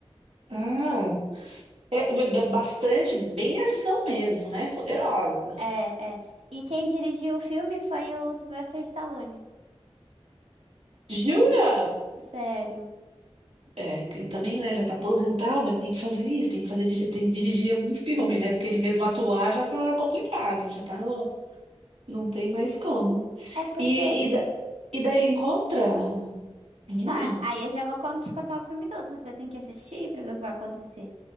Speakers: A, on the right; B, on the right.
A: Ah, é, é bastante, bem ação mesmo, né? Poderosa.
B: É, é. E quem dirigiu o filme foi o Sylvester Stallone.
A: Jura?
B: Sério.
A: É, que ele também, né, já tá aposentado, ele tem que fazer isso, tem que fazer, diri- tem que dirigir algum filme, né? Porque ele mesmo atuar já tá complicado, já tá no, não tem mais como.
B: É é porque.
A: E, e, da- e daí ele encontra a menina.
B: Ah, aí eu já vou con- te contar o filme todo, você tem que assistir pra ver o que vai acontecer.